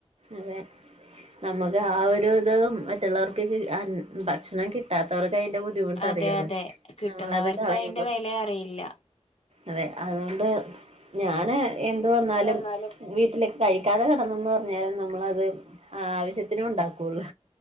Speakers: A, on the right; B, on the left.
A: അതെ നമുക്ക് ആ ഒരു ഇത് മറ്റുള്ളവർക്ക്. ഭക്ഷണം കിട്ടാത്തവർക്ക് അതിന്റെ ബുദ്ധിമുട്ട്
B: അതെ
A: അറി യൊള്ളെ
B: അതെ കിട്ടുന്നവർക്ക്
A: നമ്മളത് കളയുമ്പ.
B: അയിന്റെ വെല അറിയില്ല
A: അതെ അതോണ്ട് ഞാന് എന്ത് വന്നാലും.
B: എന്നാലും
A: വീട്ടിലേക്ക് കഴിക്കാതെ കിടന്നന്ന് പറഞ്ഞാലും നമ്മളത് ആവശ്യത്തിന് ഉണ്ടാക്കുള്ളു.